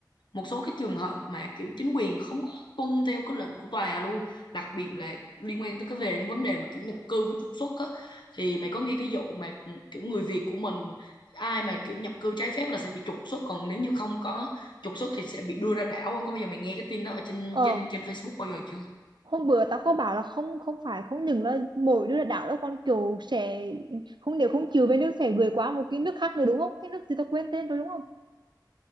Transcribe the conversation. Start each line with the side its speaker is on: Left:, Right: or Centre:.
Left: một số cái trường hợp mà kiểu chính quyền không có tuân theo cái lệnh của tòa luôn đặc biệt là liên quan tới cái về vấn đề mà kiểu nhập cư với trục xuất á thì mày có nghe cái vụ mà ừ, kiểu người Việt của mình ai mà kiểu nhập cư trái phép là sẽ bị trục xuất còn nếu như không có trục xuất thì sẽ bị đưa ra đảo không có bao giờ mày nghe cái tin đó ở trên
Right: ờ
Left: trên trên Facebook bao giờ chưa
Right: hôm bữa tao có bảo là không không phải không những là mỗi đứa là đảo đâu còn kiểu sẽ không nếu không chịu bên nước sẽ gửi qua một cái nước khác nữa đúng không cái nước gì tao quên tên rồi đúng không